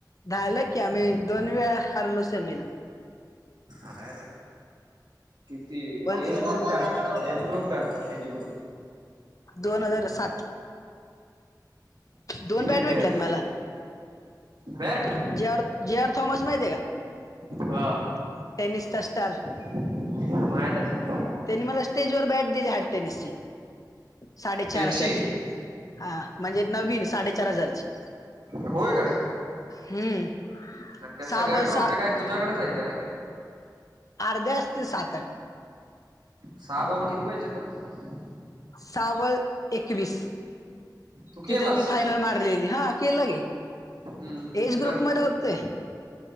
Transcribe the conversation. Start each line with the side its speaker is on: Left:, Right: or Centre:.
Left: झालं की, आम्ही दोन वेळा हरलो सेमीला.
Right: अरर किती
Left: वन
Right: एज ग्रुप काय? एज ग्रुप कायं होतं, एज ग्रुप.
Left: दोन हजार सात. दोन
Right: किती
Left: बॅट
Right: प्लेयर
Left: भेटल्यात मला,
Right: bat
Left: J. R. J. R. Thomas माहिती आहे का,
Right: हा
Left: टेनिसचा स्टार.
Right: माहित आहे.
Left: त्यांनी मला स्टेज वर बॅट दिली हार्ट टेनिसची, साडेचार
Right: त्याची
Left: हजारची. हा म्हणजे नवीन, साडेचार हजारची.
Right: होय काय,
Left: हम्म
Right: आणि त्या सगळ्या
Left: सहा बॉल
Right: ट्रॉफ्या
Left: सहा
Right: काय तुझ्याकडेच आहे काय.
Left: अर्ध्या असतील सात, आठ.
Right: सहा बॉल किती पाहिजेत जे हो.
Left: सहा बॉल एकवीस
Right: तू केलास
Left: तिथं मी फायनल मारलेली, हा केलं गी.
Right: हम्म
Left: एज
Right: तर
Left: ग्रुप मध्ये होते,